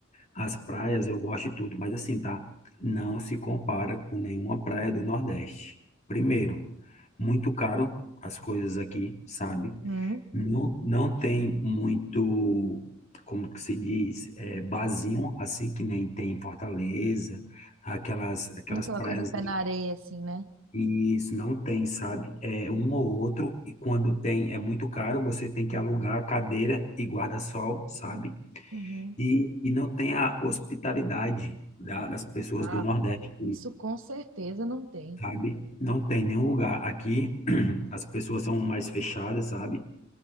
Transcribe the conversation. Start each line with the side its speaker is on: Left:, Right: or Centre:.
Left: as praias eu gosto de tudo, mas assim, tá? Não se compara com nenhuma praia do Nordeste. Primeiro, muito caro as coisas aqui, sabe?
Right: Uhum.
Left: Não, não tem muito, como que se diz, é, barzinho, assim que nem tem em Fortaleza, aquelas, aquelas
Right: Aquela
Left: praias,
Right: coisa pé na areia, assim, né?
Left: e isso não tem, sabe? É um ou outro, e quando tem é muito caro, você tem que
Right: Uhum.
Left: alugar cadeira e guarda-sol, sabe?
Right: Uhum.
Left: E, e não tem a hospitalidade da- das pessoas
Right: Ah,
Left: do Nordeste,
Right: isso com certeza não tem.
Left: sabe? Não tem nenhum lugar. Aqui <clears throat> as pessoas são mais fechadas, sabe?